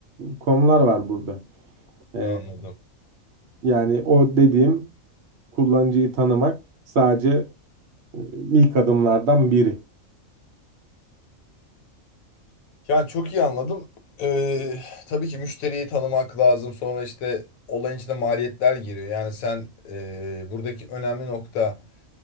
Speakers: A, on the right (about 60°); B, on the left (about 80°).
A: konular var burada. E,
B: Anladım.
A: yani o dediğim kullanıcıyı tanımak sadece e, ilk adımlardan biri.
B: Yani çok iyi anladım. Ee, tabii ki müşteriyi tanımak lazım. Sonra işte olayın içinde maliyetler giriyor. Yani sen e, buradaki önemli nokta